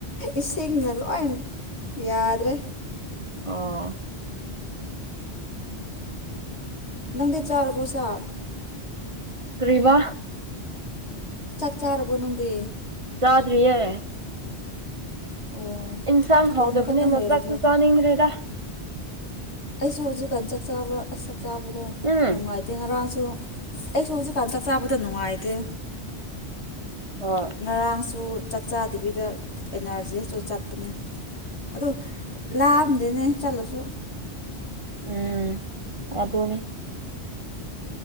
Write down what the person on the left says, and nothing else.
ꯏꯁꯤꯡꯅ ꯂꯣꯏ ꯌꯥꯗ꯭ꯔꯦ
ꯅꯪꯗꯤ ꯆꯥꯔꯕꯣ ꯁꯥ
ꯆꯥꯛ ꯆꯥꯔꯕꯣ ꯅꯪꯗꯤ
ꯑꯣ
ꯊꯣꯡꯕ
ꯈꯛꯇꯪ ꯂꯣꯏꯔꯕꯣ
ꯑꯩꯁꯨ ꯍꯧꯖꯤꯛꯀꯥꯟ ꯆꯥꯛ ꯆꯥꯕ ꯑꯁ ꯆꯛ ꯆꯥꯕꯗꯣ
ꯅꯨꯡꯉꯥꯏꯇꯦ ꯉꯔꯥꯡ ꯁ ꯑꯩꯁꯨ ꯍꯧꯖꯤꯛꯀꯥꯟ ꯆꯥꯛ ꯆꯥꯕꯗ ꯅꯨꯡꯉꯥꯏꯇꯦ
ꯉꯔꯥꯡꯁꯨ ꯆꯥꯛ ꯆꯥꯗꯕꯤꯗ ꯑꯦꯅꯔꯖꯤꯁꯨ ꯆꯠꯄꯅꯦ ꯑꯗꯨ ꯂꯥꯝꯗꯦꯅꯦ ꯆꯠꯂꯁꯨ